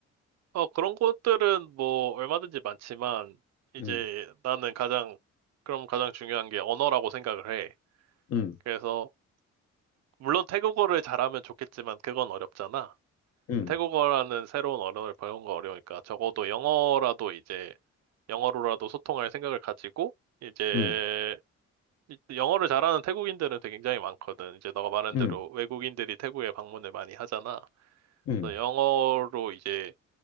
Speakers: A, on the right; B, on the left.
A: 어, 그런 것들은 뭐 얼마든지 많지만 이제
B: 응,
A: 나는 가장 그럼 가장 중요한 게 언어라고 생각을 해.
B: 응,
A: 그래서 물론 태국어를 잘하면 좋겠지만 그건 어렵잖아.
B: 응,
A: 태국어라는 새로운 언어를 배우는 거 어려우니까 적어도 영어라도 이제 영어로라도 소통할 생각을 가지고 이제
B: 응,
A: 이- 영어를 잘하는 태국인들은 되게 굉장히 많거든. 이제 너가 말한
B: 응,
A: 대로 외국인들이 태국에 방문을 많이 하잖아.
B: 응,
A: 그래서 영어로 이제